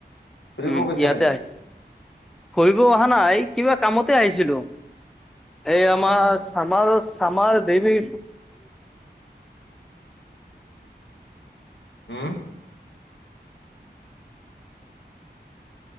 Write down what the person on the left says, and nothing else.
ফুৰিব
কৈছে
নেকি।
অ',
হম